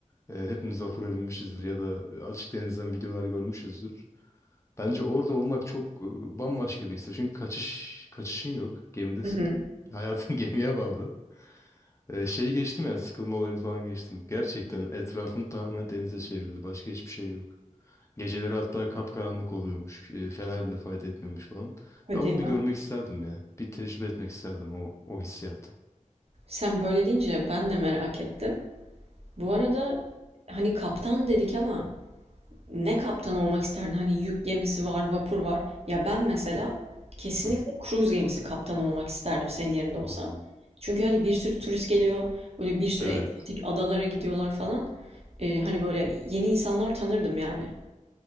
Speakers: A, on the left; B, on the right.
A: e, hepimiz vapura binmişizdir ya da açık denizden videolar görmüşüzdür. Bence orada olmak çok e, bambaşka bir histir. Çünkü kaçış kaçışın yok. Gemidesin.
B: Hı hı.
A: Hayatın <laughs> gemiye bağlı. Ee, şeyi geçtim yani sıkılma olayını falan geçtim. Gerçekten etrafın tamamen denize çevrildi. Başka hiçbir şey yok. Geceleri hatta kapkaranlık oluyormuş. E, fener bile fayda etmiyormuş falan.
B: Hadi
A: Ben onu
B: ya.
A: bir görmek isterdim ya. Bir tecrübe etmek isterdim o, o hissiyatı.
B: Sen böyle deyince ben de merak ettim. Bu arada hani kaptan dedik ama Ne kaptan olmak isterdin? Hani yük gemisi var, vapur var. Ya ben mesela kesinlikle
A: Hı.
B: kruz gemisi kaptanı olmak isterdim senin yerinde
A: Hmm.
B: olsam. Çünkü hani bir sürü turist geliyor, böyle bir sürü
A: Evet.
B: egzotik adalara gidiyorlar falan. Ee, hani böyle yeni insanlar tanırdım yani.